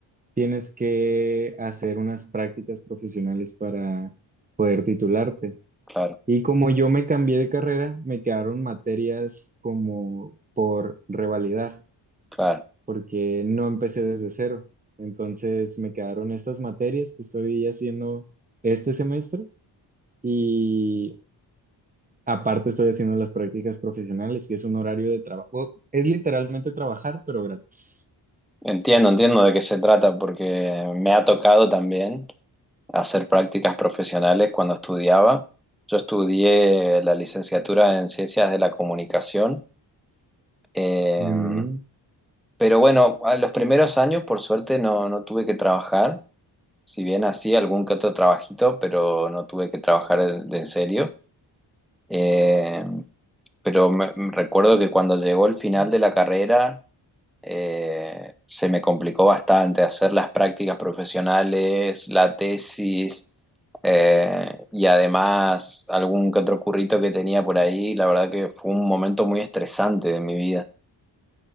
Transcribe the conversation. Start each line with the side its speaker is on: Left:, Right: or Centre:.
Right: tienes que hacer unas prácticas profesionales para titularte.
Centre: Claro.
Right: Y como yo me cambié de carrera, me quedaron materias como por revalidar,
Centre: Claro,
Right: porque no empecé desde cero. Entonces me quedaron estas materias que estoy haciendo este semestre y aparte estoy haciendo las prácticas profesionales, que es un horario de trabajo. Es literalmente trabajar, pero gratis.
Centre: entiendo, entiendo de qué se trata, porque me ha tocado también hacer prácticas profesionales cuando estudiaba. Yo estudié la licenciatura en Ciencias de la Comunicación, eh,
Right: Mm,
Centre: pero bueno, a los primeros años por suerte no, no tuve que trabajar, si bien hacía algún que otro trabajito, pero no tuve que trabajar en- de en serio. Eh, pero me- me recuerdo que cuando llegó el final de la carrera eh, se me complicó bastante hacer las prácticas profesionales, la tesis eh, y además algún que otro currito que tenía por ahí. La verdad que fue un momento muy estresante de mi vida.